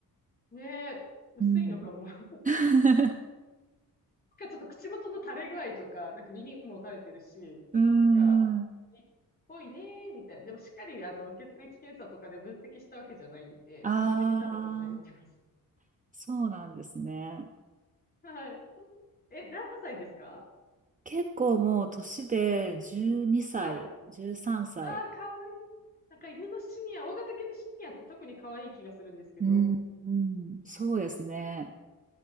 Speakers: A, on the left; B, on the right.
A: ぁ。ねえ、薄いのかも。
B: うん。
A: な
B: <laughs>
A: んかちょっと口元の垂れ具合とか、なんか耳も垂れてるし、
B: うーん。
A: なんか、いっぽいねーみたいな。でもしっかり、あの、血液検査とかで分析したわけじゃないんで、
B: ああ、
A: 見た目で多分みんな言ってます。
B: そうなんですね。
A: <laughs> はい。え、何歳ですか
B: 結構もう年で12歳、
A: はい。
B: 13歳。
A: ああ、かわいい。なんか犬のシニア、大型犬のシニアって特に可愛い気がするんですけど。
B: うん、うん、そうですね。